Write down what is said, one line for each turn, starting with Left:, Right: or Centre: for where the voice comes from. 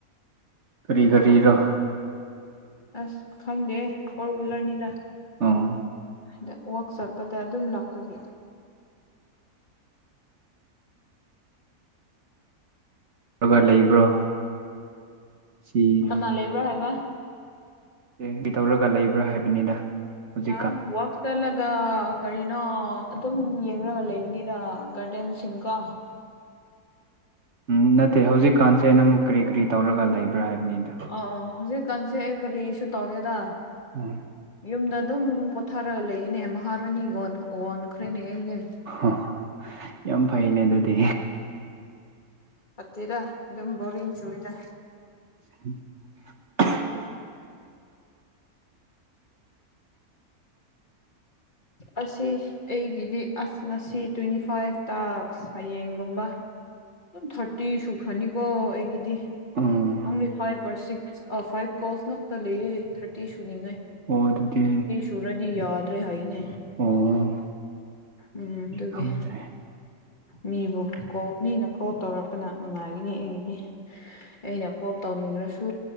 Right: ꯀꯔꯤ ꯀꯔꯤꯔꯥꯥ
Left: ꯑꯁ ꯈꯪꯗꯦ ꯐꯣꯔ ꯋꯤꯂꯔꯅꯤꯗ
Right: ꯑꯣ
Left: ꯑꯗ ꯋꯥꯛ ꯁꯣꯞꯄꯗ ꯑꯗꯨꯝ ꯂꯥꯛꯄꯒꯤ
Right: <unintelligible> ꯂꯩꯕ꯭ꯔꯣ ꯁꯤ
Left: ꯅ ꯂꯩꯕ꯭ꯔꯥ ꯍꯥꯏꯕ
Right: <unintelligible> ꯇꯧꯔꯒ ꯂꯩꯕ꯭ꯔꯥ ꯍꯥꯏꯕꯅꯤꯗ ꯍꯧꯖꯤꯛꯀꯥꯟ
Left: ꯑ ꯋꯥꯛ ꯆꯠꯂꯒ ꯀꯔꯤꯅꯣ ꯑꯗꯨꯝ ꯌꯦꯡꯔꯥꯥꯒ ꯂꯩꯕꯅꯤꯗ ꯒꯥꯔꯗꯦꯟꯁꯤꯡꯀꯣ
Right: ꯎꯝ ꯅꯠꯇꯦ ꯍꯧꯖꯤꯛꯀꯥꯟꯁꯦ ꯅꯪ ꯀꯔꯤ ꯀꯔꯤ ꯇꯧꯔꯒ ꯂꯩꯕ꯭ꯔꯥ ꯍꯥꯏꯕꯅꯤꯗ
Left: ꯑ ꯑ ꯍꯧꯖꯤꯛꯀꯥꯟꯁꯦ ꯀꯔꯤꯁꯨ ꯇꯧꯗꯦꯗ
Right: <inaudible>
Left: ꯌꯨꯝꯗ ꯑꯗꯨꯝ ꯄꯣꯊꯥꯔꯒ ꯂꯩꯅꯦ ꯃꯍꯥꯔꯥꯅꯤꯟ ꯑꯣꯟ ꯑꯣꯟꯈ꯭ꯔꯦꯅꯦ ꯑꯩꯁꯦ
Right: ꯑꯥ ꯌꯥꯝ ꯐꯩꯅꯦ ꯑꯗꯨꯗꯤ
Left: ꯐꯠꯇꯦꯗꯥ ꯑꯗꯨꯝ ꯕꯣꯔꯤꯡ ꯆꯨꯔꯦꯗ
Right: <inaudible>
Left: ꯑꯁꯤ ꯑꯩꯒꯤꯗꯤ ꯑꯁ ꯉꯁꯤ ꯇ꯭ꯋꯦꯟꯇꯤ ꯐꯥꯏꯚ ꯇꯥꯛꯁ ꯍꯌꯦꯡꯒꯨꯝꯕ ꯑꯗꯨꯝ ꯊꯥꯔꯇꯤ ꯁꯨꯈ꯭ꯔꯅꯤꯀꯣ ꯑꯩꯒꯤꯗꯤ ꯑꯣꯡꯂꯤ
Right: ꯎꯝ
Left: five or six five calls ꯉꯛꯇ ꯂꯩꯌꯦ ꯊꯥꯔꯇꯤ ꯁꯨꯅꯤꯡꯉꯥꯏ
Right: ꯑꯣ ꯑꯗꯨꯗꯤ
Left: ꯊꯨꯔꯗꯤ ꯌꯥꯗꯔꯦ ꯍꯥꯏꯅꯦ
Right: ꯑꯣ
Left: ꯎꯝ ꯗꯨꯒꯤ
Right: ꯈꯪꯗ꯭ꯔꯦ
Left: ꯃꯤꯕꯨ ꯀꯣ ꯃꯤꯅ ꯀꯣꯜ ꯇꯧꯔꯛ ꯄꯅ ꯅꯨꯡꯉꯥꯏꯒꯅꯤ ꯑꯩꯒꯤꯗꯤ ꯑꯩꯅ ꯀꯣꯞ ꯇꯧꯅꯤꯡꯔꯁꯨ